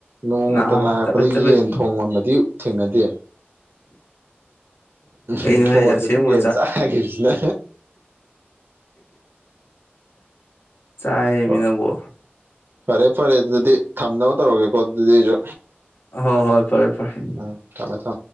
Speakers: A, on the right; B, on the left.
A: ꯅꯣꯡꯃꯇ
B: ꯅꯥꯔ
A: ꯂꯥꯔꯛꯄꯗ
B: ꯆꯕꯦꯠ ꯆꯕꯦꯠ
A: ꯌꯦꯟ ꯊꯣꯡ ꯉꯕꯗꯤ ꯊꯦꯡꯅꯗꯦ
B: ꯀꯩꯅꯣꯍꯦ
A: ꯎ ꯐꯣꯟꯗꯗꯤ
B: ꯑꯁꯦꯡꯕ
A: ꯌꯦꯟ ꯆꯥꯈꯤꯕꯁꯤꯅ
B: ꯆꯥꯏꯃꯤꯅꯕꯣ
A: ꯑꯣ ꯐꯔꯦ ꯐꯔꯦ ꯑꯗꯨꯗꯤ ꯊꯝꯅꯕ ꯇꯧꯔꯒꯦꯀꯣ ꯑꯗꯨꯗꯤ ꯑꯩꯁꯨ
B: ꯍ ꯍꯣꯏ ꯐꯔꯦ ꯐꯔꯦ
A: ꯎꯝ ꯊꯝꯃꯦ ꯊꯝꯃꯦ